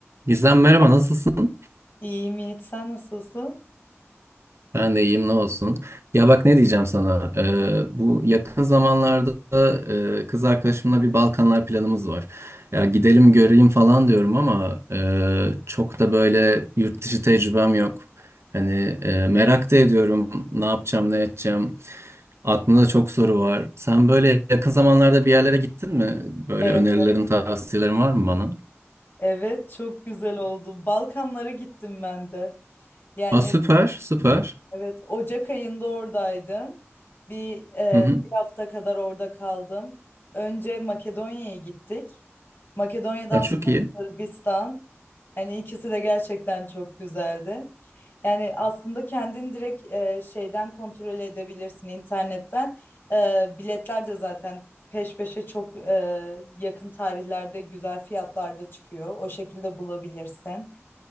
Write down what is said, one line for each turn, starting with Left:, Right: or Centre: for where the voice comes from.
Right: Gizem merhaba nasılsın?
Left: İyiyim Yiğit, sen nasılsın?
Right: Ben de iyiyim ne olsun. Ya bak ne diyeceğim sana. Ee, bu yakın zamanlarda e, kız arkadaşımla bir Balkanlar planımız var. Ya gidelim göreyim falan diyorum ama e, çok da böyle yurt dışı tecrübem yok. Hani e, merak da ediyorum ne yapacağım ne edeceğim. Aklımda çok soru var. Sen böyle yakın zamanlarda bir yerlere gittin mi? Böyle
Left: Evet,
Right: önerilerin tavsiyelerin var mı bana?
Left: evet çok güzel oldu. Balkanlara gittim ben de. Yani
Right: Aa, süper süper.
Left: Evet, Ocak ayında oradaydım. Bir, e,
Right: Hı hı.
Left: bir hafta kadar orada kaldım. Önce Makedonya'ya gittik. Makedonya'dan
Right: Aa, çok
Left: sonra
Right: iyi.
Left: Sırbistan. Yani ikisi de gerçekten çok güzeldi. Yani aslında kendin direkt e, şeyden kontrol edebilirsin internetten. E, biletler de zaten peş peşe çok e, yakın tarihlerde güzel fiyatlarda çıkıyor. O şekilde bulabilirsin.